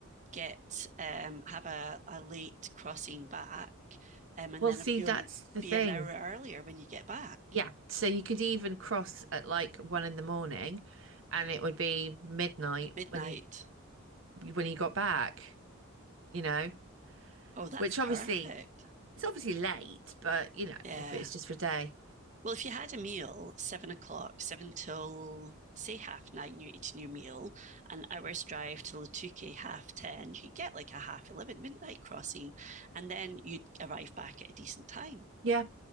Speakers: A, on the right; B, on the right.
A: get um have a, a late crossing back, um, and
B: Well,
A: then
B: see,
A: you'll
B: that's the
A: be
B: thing.
A: an hour earlier when you get back.
B: Yeah. So you could even cross at like one in the morning and it would be midnight
A: Midnight.
B: when you when you got back, you know,
A: Oh, that's
B: which
A: perfect.
B: obviously it's obviously late, but you know,
A: Yeah.
B: if it's just for a day.
A: Well, if you had a meal, seven o'clock, seven till say half nine, you eating your meal, an hour's drive till Lutuke, half ten, you get like a half eleven midnight crossing, and then you'd arrive back at a decent time.
B: Yeah.